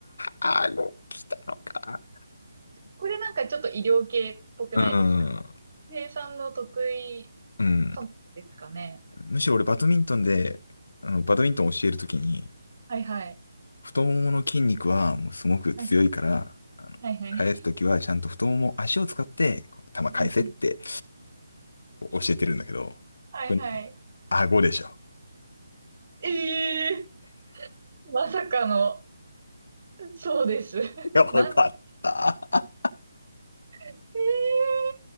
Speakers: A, on the left; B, on the right.
A: 顎来たのか。
B: これなんかちょっと医療系っぽくないですか
A: うん。
B: 翔平井さんの得意
A: うん。
B: 科目ですかね。
A: むしろ俺バドミントンで、あの、バドミントン教えるときに、
B: はいはい。
A: 太ももの筋肉はもうすごく強いから、
B: はい
A: あの、
B: はいはい。
A: 返すときはちゃんと太もも、足を使って、こう球返せって
B: <laughs> うんうん。
A: こう教えてるんだけど、
B: はいはい。
A: これね、顎でしょ。
B: ええーまさかの、そうです。
A: <laughs>
B: <laughs>
A: やばかった。
B: なん、え